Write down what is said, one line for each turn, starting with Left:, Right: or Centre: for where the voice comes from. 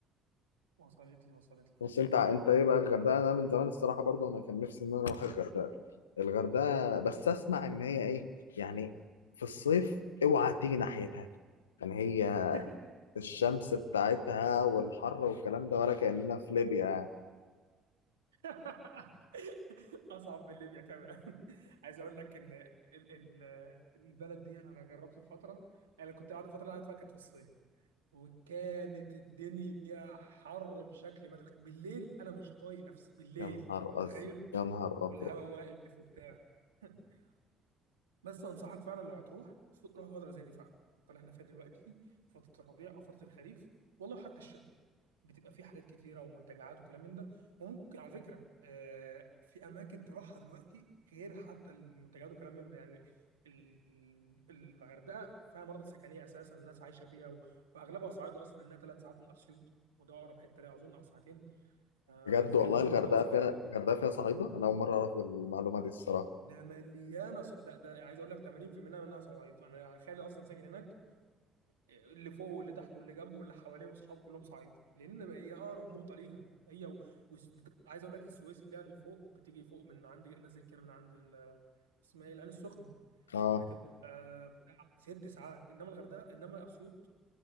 Right: وصلت لي وصلت لي
Left: بس انت ع- انت ايه بقى الغردقه انا من زمان الصراحه برضو انا كان نفسي ان انا اروح الغردقه الغردقه بس اسمع ان هي ايه يعني في الصيف اوعى تيجي ناحيتها يعني هي
Right: <laughs>
Left: الشمس بتاعتها والحر والكلام ده ولا كاننا في ليبيا يعني
Right: <laughs> اصعب من ليبيا كمان <laughs> عايز اقول لك ان ال- ال- البلد دي انا جربت في فتره انا كنت قاعد الفتره اللي قاعد فيها كانت في الصيف وكانت الدنيا حر بشكل ما تخ... بالليل انا مش طايق نفسي بالليل
Left: يا نهار
Right: انت متخيل
Left: ازرق يا نهار ابيض
Right: والهواء واقف وبتاع <laughs> بس انصحك فعلا لو هتروح روح فتره زي دي فعلا الفترة اللي احنا فيها دلوقتي فتره الربيع او فتره الخريف والله حتى الشتاء بتبقى فيه حاجات كتيره ومنتجعات وكلام من ده وممكن على فكره آه، في اماكن تروحها دلوقتي غير حتى المنتجعات وكلام من ده يعني ال- الغردقه فيها مناطق سكنيه اساسا الناس عايشه فيها و- واغلبها صعايده اصلا انها ثلاث ساعات من اسيوط وده اقرب حته ليها اظن او ساعتين آه،
Left: بجد
Right: فيها
Left: والله
Right: جزء
Left: الغردقه
Right: كبير قوي صعايده
Left: فيها الغردقه فيها صعيده انا اول مره اعرف المعلومه دي الصراحه
Right: ده مليانه ص... ده, ده عايز اقول لك 80% منها صعايده انا خالي اصلا ساكن هناك اللي فوق واللي تحته واللي جنبه واللي حواليه واصحابه كلهم صعيده لان هي اقرب نقطه ليها هي و... و... عايز اقول لك السويس اللي هي اللي فوق بتيجي فوق من عند نازل كده من عند ال... اسمها ايه العين السخنه
Left: اه
Right: بتبقى بتاع ست ساعات انما الغردقه انما اسيوط